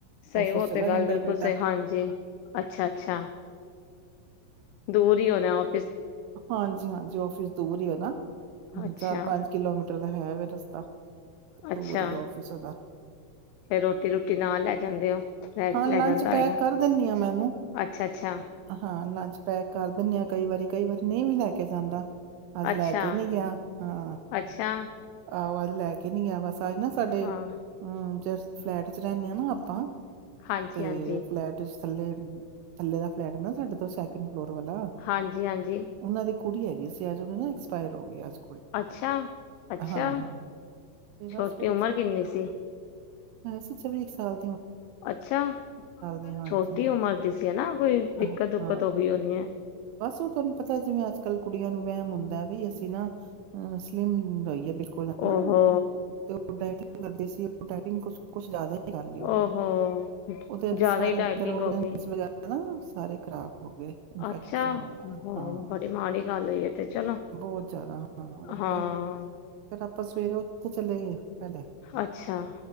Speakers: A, on the left; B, on the right.
A: ਸਈ
B: ਆਫਿਸ
A: ਔ
B: ਚਲਾ
A: ਤੇ ਗੱਲ
B: ਜਾਂਦਾ
A: ਬਿਲਕੁਲ
B: ਹੈ ਬੇਟਾ,
A: ਸਈ। ਹਾਂਜੀ, ਅੱਛਾ-ਅੱਛਾ। ਦੂਰ ਈ ਹੋਣੈ ਔ
B: ਹਾਂਜੀ-ਹਾਂਜੀ ਜੀ ਆਫਿਸ ਦੂਰ ਈ ਐ ਨਾ,
A: ਅੱਛਾ
B: ਚਾਰ ਪੰਜ ਕਿਲੋਮੀ ਤੇ ਔਦਾ ਹੈ ਵੇ ਰਸਤਾ।
A: ਅੱਛਾ
B: ਦੂਰ ਈ ਆਫ਼ਿਸ ਓਦਾ,
A: ਫੇਰ ਰੋਟੀ ਰੂਟੀ ਨਾਲ ਲੈ ਜਾਂਦੇ ਹੋ ਲੈ
B: ਹਾ ਲੰਚ
A: ਲੈ ਜਾਂਦਾ
B: ਪੈਕ
A: ਹੋਏਗਾ
B: ਕਰ ਦੇਨੀ ਆ ਮੈਂ ਉਨੂੰ,
A: ਅੱਛਾ ਅੱਛਾ
B: ਹਾ ਲੰਚ ਪੈਕ ਕਰ ਦਿੰਨੀ ਆ ਕਈ ਵਾਰੀ ਕਈ ਵਾਰ ਨਈ ਵੀ ਲੈ ਕੇ ਜਾਂਦਾ। ਅੱਜ
A: ਅੱਛਾ
B: ਲੈ ਕੇ ਨੀ ਗਿਆ। ਹਾਂ,
A: ਅੱਛਾ
B: ਆਹੋ ਅੱਜ ਲੈ ਕੇ ਨੀ ਗਿਆ ਬਸ। ਅੱਜ ਨਾ ਸਾਡੇ
A: ਹਾਂ
B: ਹੂੰ ਜਸ ਫਲੈਟ ਚ ਰਹਿੰਨੇ ਆ ਨਾ ਆਪਾਂ।
A: ਹਾਂਜੀ
B: ਤੇ
A: ਹਾਂਜੀ
B: ਫਲੈਟ ਵਿਚ ਥਲੇ ਥੱਲੇ ਦਾ ਫਲੈਟ ਨਾ ਸਾਡੇ ਤੋ ਸੈਕੰਡ ਹੋਰ ਵਾਲਾ
A: ਹਾਂਜੀ ਹਾਂਜੀ
B: ਉਹਨਾਂ ਦੀ ਕੁੜੀ ਹੈਗੀ ਸੀ ਅੱਜ ਉਨੂੰ ਨਾ ਐਕਸਪਾਯਰ ਹੋ ਗਈ ਅਜ
A: ਅੱਛਾ ਅੱਛਾ
B: ਹਾਂ-ਹਾਂ ਤੇ ਬਸ
A: ਛੋਟੀ
B: ਫਿਰ
A: ਉਮਰ
B: ਅਸੀਂ
A: ਕਿੰਨੀ ਸੀ
B: ਹੈ ਸੀ। <unintelligible> ਸਾਲ
A: ਅੱਛਾ,
B: ਦੀ ਹਾਂਜੀ-ਹਾਂਜੀ,
A: ਛੋਟੀ ਉਮਰ ਦੀ ਸੀ ਨਾ ਕੋਈ ਦਿੱਕਤ-
B: ਅ,
A: ਦੁਕਤ
B: ਹਾਂ।
A: ਹੋ ਗਈ ਹੋਣੀ ਐ।
B: ਬਸ ਉਹ ਤੁਹਾਨੂੰ ਪਤਾ ਜਿਵੇਂ ਅੱਜ ਕੱਲ ਕੁੜੀਆਂ ਨੂੰ ਵਹਿਮ ਹੁੰਦਾ ਵੀ ਅਸੀਂ ਨਾ ਅ ਸਲੀਮ ਰਹੀਏ।
A: ਓਹੋ
B: <unintelligible> ਕਿਨ ਕੁਛ-ਕੁਛ ਜਿਆਦਾ ਹੀ ਕਰ ਲਈ ਉਹਨੇ।
A: ਓਹ ਹੋ
B: ਉਹਦੇ
A: ਜਿਆਦਾ
B: ਚ ਸਾਰੇ
A: ਹੀ ਡਾਇਟਿੰਗ
B: ਅੰਦਰ ਆਰਗਨਸ
A: ਹੋ ਗਈ।
B: <unintelligible> ਸਾਰੇ ਖਰਾਬ। <unintelligible>
A: ਅੱਛਾ
B: <unintelligible>
A: ਹੋ
B: ਹਾਂ,
A: ਬੜੀ ਮਾੜੀ ਗੱਲ ਹੋਈ ਹੈ ਤੇ ਚਲੋ
B: ਬਹੁਤ ਜਿਆਦਾ <unintelligible>
A: ਹਾਂ
B: ਫੇਰ ਆਪਾਂ ਸਵੇਰੇ ਉੱਥੇ ਚਲੇ ਗਏ ਪਹਿਲੇ,
A: ਅੱਛਾ